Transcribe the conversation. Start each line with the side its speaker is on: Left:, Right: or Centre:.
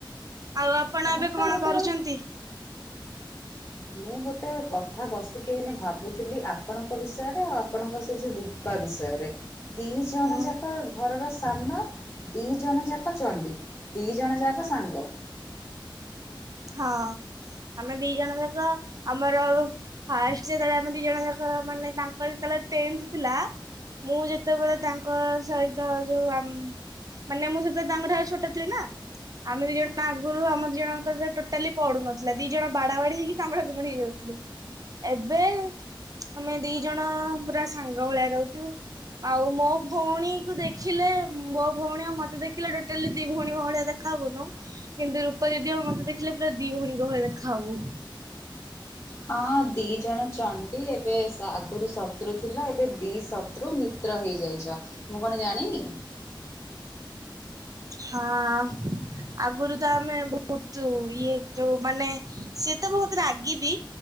Right: ଆଉ ଆପଣ
Left: ମତେ
Right: ଏବେ କଣ
Left: ଗୋଟେ
Right: କରୁଛନ୍ତି?
Left: ମୁଁ ଗୋଟେ କଥା ବସିକିନେ ଭାବୁଥିଲି ଆପଣଙ୍କ ବିଷୟରେ ଆପଣଙ୍କର ସେ ଯେଉଁ ରୁ ପା ବିଷୟରେ ଦି ଜଣ
Right: ହୁଁ
Left: ଯାକ ଘରର ସାନ ଦି ଜଣ ଯାକ ଚଣ୍ଡୀ ଦି ଜଣ ଯାକ ସାଙ୍ଗ।
Right: ହଁ ଆମେ ଦି ଜଣ ଯାକ ଆମର ଫାଷ୍ଟ ସେ ଯେତେବେଳେ ଆମେ ଦି ଜଣ ଯାକ ମାନେ ତାଙ୍କର ଯେତେବେଳେ ଟେନ୍ଥେ ଥିଲା। ମୁଁ ଯେତେବେଳେ ତାଙ୍କ ସହିତ ଯୋଉ ଆମ ମାନେ ମୁଁ ସେତେ ତାଙ୍କ ଠାରୁ ଛୋଟ ଥିଲି ନା ଆମେ ଦି ଜଣ ଆଗରୁ ଆମର ଦି ଜଣଙ୍କର ଟୋଟାଲି ପଡୁ ନଥିଲା ଦି ଜଣ ବାଡା ବାଡି ହେଇକି କାମୁଡା କାମୁଡି ହେଇଯାଉଥିଲୁ ଏବେ ଆମେ ଦି ଜଣ ପୁରା ସାଙ୍ଗ ଭଳିଆ ରହୁଚୁ। ଆଉ ମୋ ଭଉଣୀକୁୁ ଦେଖିଲେ ମୋ ଭଉଣୀ ଆଉ ମତେ ଦେଖିଲେ ଟୋଟାଲି ଦି ଭଉଣୀ ଭଳିଆ ଦେଖ ଖାବୁନୁ କିନ୍ତୁ ରୂପ ଦିଦି ଆଉ ମତେ ଦେଖିଲେ ପୁରା ଦି ଭଉଣୀଙ୍କ ଭଳିଆ ଦେଖାଉ।
Left: ହଁ ଊ। ଦୁଇ ଜଣ ଚଣ୍ଡୀ ଏବେ ସା ଆଗରୁ ଶତ୍ରୁ ଥିଲା ଏବେ ଦୁଇ ଶତ୍ରୁ ମିତ୍ର ହେଇଯାଇଚ। ମୁଁ କଣ ଜାଣିନି।
Right: ହଁ। ଆଗରୁ ତ ଆମେ ବୋହୁତ ଇଏ ଯୋଉ ମାନେ ସିଏ ତ ବୋହୁତ ରାଗି ବି।